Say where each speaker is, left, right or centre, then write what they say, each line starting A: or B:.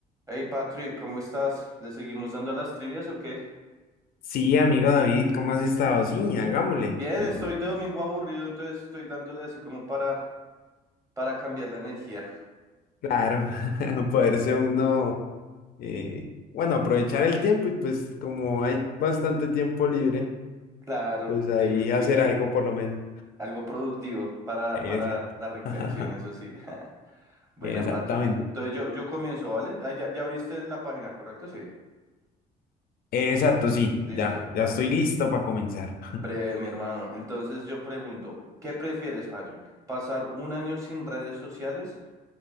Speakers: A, on the right; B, on the left.
A: Hey Patrick, ¿cómo estás? ¿Le seguimos dando a las trivias o qué?
B: Sí, amigo David, ¿cómo has estado? Sí, hagámosle.
A: Bien,
B: Mm,
A: estoy de domingo aburrido, entonces estoy dándole así como para, para cambiar la energía.
B: Claro, <laughs> poderse uno, eh, bueno, aprovechar el tiempo y pues como hay bastante tiempo libre,
A: Claro,
B: pues ahí
A: divertirse.
B: hacer algo por lo menos.
A: Algo productivo para,
B: Exacto.
A: para la recreación,
B: <laughs>
A: eso sí. <laughs> Buena,
B: Exactamente.
A: Patrick. Entonces yo, yo comienzo, ¿vale? Ah, ya, ya abriste la página, ¿correcto? Sí.
B: Exacto, sí,
A: Listo,
B: ya, ya
A: Patrick.
B: estoy listo para comenzar.
A: Breve, mi hermano. Entonces yo pregunto, ¿qué prefieres, Patrick? ¿Pasar un año sin redes sociales